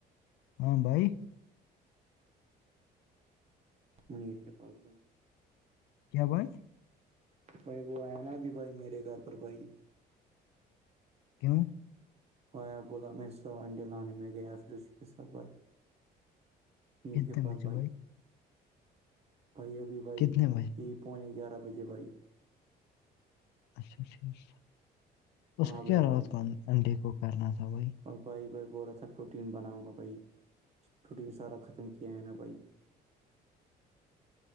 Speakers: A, on the left (about 85°); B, on the right (about 40°).
A: ہاں بھائی
B: منیر کے پاس بھائی
A: کیا بھائی
B: بھائی وہ ہے نا بھی بھائی میرے گھر پر بھائی
A: کیوں
B: بھائی آپ بولا میرے س انڈے لانے میں گیا پھر اسی کے ساتھ بھائی میر
A: کتنے
B: کے پاس
A: بجے
B: بھائی بھائی ابھی بھائی
A: کتنے بجے
B: یہ پونے گیارہ بجے بائی
A: اچھا ٹھیک اس
B: ہاں
A: کا
B: بھائی
A: کیا
B: بھائی
A: راات کو انڈے کو کرنا تھا بھائی
B: بھائی بھائی ب اھا پروٹین بناؤں گا بھائی پروٹین سارا ختم کیا ہے نا بھائی